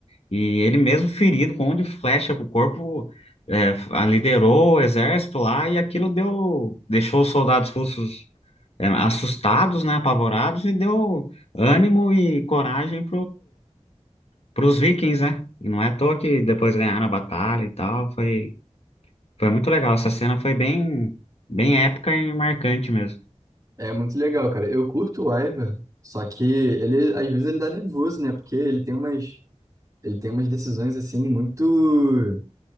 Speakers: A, on the left (about 60°); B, on the right (about 25°).
A: E ele mesmo ferido, com um monte de flecha pro corpo, é, a- liderou o exército lá e aquilo deu, deixou os soldados russos é, assustados, né? Apavorados e deu ânimo e coragem para os vikings, né? E não é à toa que depois ganharam a batalha e tal. Foi, foi muito legal. Essa cena foi bem, bem épica e marcante mesmo.
B: É muito legal, cara. Eu curto o Ivar, só que ele, às vezes, ele dá nervoso, né? Porque ele tem umas, ele tem umas decisões, assim, muito,